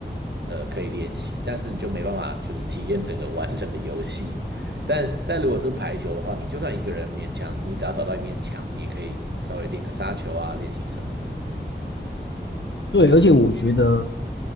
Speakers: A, on the right; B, on the left.
A: 呃，可以练习，但是你就没办法就是体验整个完整的游戏。但但如果是排球的话，你就算一个人勉强，你只要找到一面墙，你也可以稍微练个杀球啊，练习什么的。
B: 对，而且我觉得